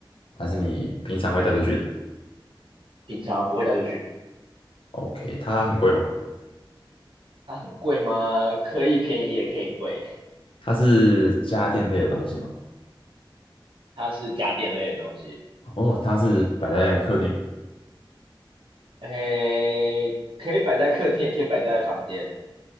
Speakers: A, on the left; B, on the right.
A: 它是你平常会带出去的。
B: 平常不会带出去。
A: OK，它很贵吗？
B: 它很贵吗？可以便宜也可以贵，
A: 它是家电类的东西吗？
B: 它是家电类的东西。
A: 哦，它是摆在客厅，
B: 诶，可以摆在客厅，也可以摆在房间。